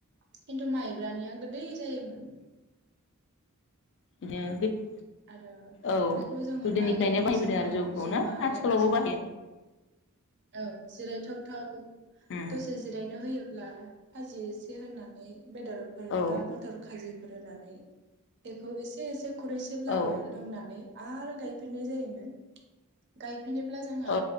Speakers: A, on the right (about 50°); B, on the left (about 55°).
A: किन्थु माइब्रानिया गोदै जायोमोन।
B: बिदिनो
A: उम आरो
B: औ
A: बेखौ जोङो
B: गोदोनिफ्रायनो
A: माइ गायनाय
B: बाहायबोदों
A: समाव
B: आरो जौखौ
A: जमा
B: ना आथिखालावबो
A: गायनाय समाव
B: बाहायो
A: औ जिरायथाव थाव
B: उम
A: दसे जिरायनो होयो। अब्ला भाजि इसे होनानै बेदरफोर
B: औ
A: बा मथर खाजि रुनानै बेखौ इस <unintelligible> खुरैसेब्लाबो
B: औ
A: लोंनानै आरो गायफिननाय जायोमोन गाय फिनोब्ला जोंहा
B: औ